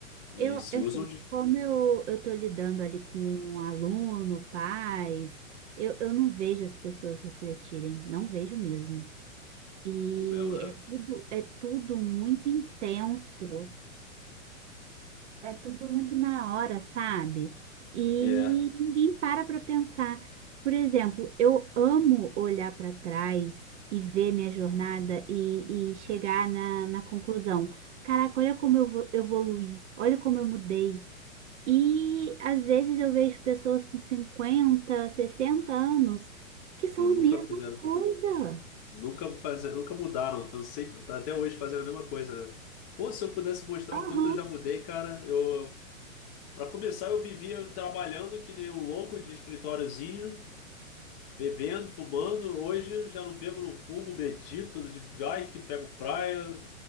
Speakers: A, on the left; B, on the right.
A: E
B: eu,
A: se
B: é assim,
A: usam de
B: como eu, eu tô lidando ali com um aluno, pais, eu, eu não vejo as pessoas refletirem, não vejo mesmo. E
A: o mesmo, né?
B: é tudo, é tudo muito intenso, é tudo muito na hora, sabe? E
A: É,
B: ninguém para para pensar. Por exemplo, eu amo olhar para trás e ver minha jornada e, e chegar na, na conclusão. Caraca, olha como eu vo- evoluí, olha como eu mudei. E às vezes eu vejo pessoas com 50, 60 anos que são
A: que nunca
B: a mesma
A: fizeram,
B: coisa.
A: nunca fazer, nunca mudaram. Eu sempre, tá até hoje fazendo a mesma coisa, né? Pô, se eu pudesse mostrar
B: Aham.
A: o quanto eu já mudei, cara, eu para começar, eu vivia trabalhando que nem um louco de escritóriozinho, Bebendo, fumando, hoje já não bebo, não fumo, medito, de bike, pego praia,